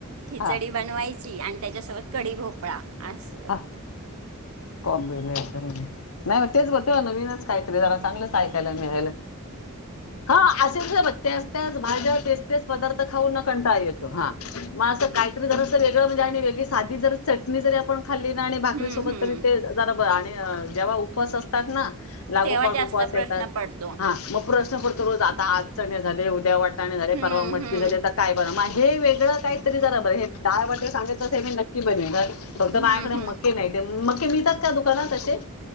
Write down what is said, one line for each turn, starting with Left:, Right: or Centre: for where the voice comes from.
Right: खिचडी
Left: हा
Right: बनवायची आणि त्याच्यासोबत कडी भोपळा अस.
Left: हा कॉम्बिनेशन नाही म तेच बोलते नवीनच काहीतरी जरा चांगलंच. आयकाला मिळाले ह असेल जर त्याच, त्याच भाज्या तेच, तेच पदार्थ खाऊन न कंटाळा येतो हा मला असं काहीतरी वेगळं म्हणजे आणि वेगळी भाजी जर चटणी जरी आपण खाल्ली ना आणि भाकरी
Right: हम्म
Left: सोबत
Right: हम्म
Left: तरी ते जरा बरी आणि जेव्हा उपवास असतात ना. लागोपाट
Right: तेव्हा जास्त
Left: उपवास
Right: प्रश्न
Left: येतात
Right: पडतो
Left: हा मग प्रश्न पडतो रोज आता आज चने झाले उद्या वाटाणे झाले
Right: हम्म
Left: परवा मटकी
Right: हम्म
Left: झाले काय बर मग हे वेगळं काहीतरी जरा बरं हे डाळ वाटे सांगतच हे मी नक्की बनवतात फक्त
Right: हम्म
Left: बा मके
Right: हम्म
Left: नाही मके मिळतात का दुकानात असे?